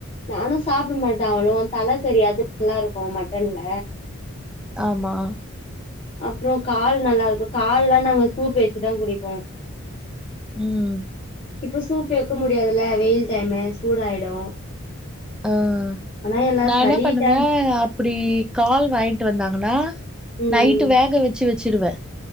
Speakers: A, on the left (about 25°); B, in the centre.
A: நானு சாப்ட மாட் ட அவளுவ் தல கறி அது நல்லாருக்கு மட்டன்ல
B: ஆமா
A: அப்ரோ கால் நல்லா இருக்கு கால்லா நாங்க சூப் வச்சுதா குடிப்போ
B: உம்
A: இப்ப சூப்பு வைக்க முடியாதுல்ல வெயில் டைம் சூடாயிடு
B: ஆஹ்
A: ஆனா எல்லா
B: நா
A: சளி
B: என்ன பண்ணுவே
A: டைம்
B: அப்டி கால் வாங் ட்டு வந்தாங்கனா
A: ம்
B: நைட்டு வேக வச்சு வச் சிறுவ